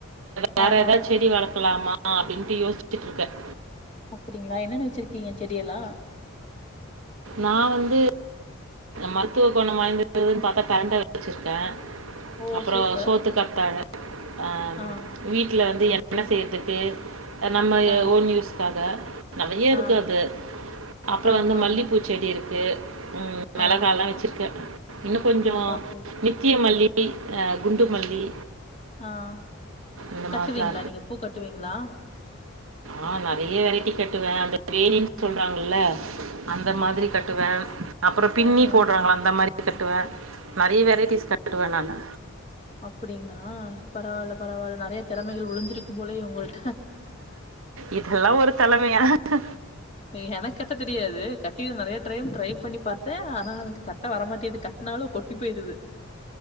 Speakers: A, on the right; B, on the left.
A: வேற
B: ஆஹா
A: ஏதாவது செடி வளர்க் போலாமா அப்டின்ட்டு யோசிச்சுட்டுருக்கேன்
B: அப்படிங்களா என்ன என்ன வச்சிருக்கீங்க செடியெல்லாம்
A: நான் வந்து மருத்துவ கோணம் வாய்ந்ததுன்னு பார்த்தா பெரண்ட வச்சிருக்கேன்
B: ஓ
A: அப்புறம்
B: சூப்பர்
A: சோத்து கத்தாழ அஹ்
B: ஆ
A: வீட்டுல வந்து
B: செரி
A: எண்ண
B: செரி
A: செய்யறதுக்கு நம்ம
B: ஆ
A: ஓன் யூஸ்க்காக நெறைய இருக்கு
B: ஆ
A: அது அப்புறோம்
B: ஆஹா
A: வந்து மல்லி செடியிருக்கு உஹம்
B: ஆ
A: மிளகால எல்லா வச்சிருக்கேன் இன்னும் கொஞ்சம்
B: ஓகே
A: நித்திய மல்லி குண்டு மல்லி
B: ஆஹ்
A: இந்த
B: கட்டுவீங்களா
A: மாதிரிலாம்
B: நீங்க பூ கட்டுவீங்களா
A: ஆஹ் நெறைய வெரைட்டி கட்டுவேன் வேணின் சொல்றாங்கல்ல
B: ஆ
A: அந்த மாதிரி கட்டுவேன் அப்புறம் பின்னி
B: ஆஹா
A: போடுறாங்கள அந்த மாதிரி கட்டுவேன் நெறைய வெரைட்டிஸ் கட்டிருவேன் நானு
B: அப்படிங்களா பரவால்ல பரவால நெறைய திறமைகள் ஒளிஞ் க்கு போலே உங்கள்
A: இதெல்லாம் ஒரு தலைமையா ஹ
B: ஏய் எனக்கு கட்ட தெரியாது கட்ட நிறைய டைம் ட்ரை பண்ணி பார்த்தேன் ஆனா எனக்கு கட்ட வரமாட்டேது கட்டினாலும் கொட்டி போயிருது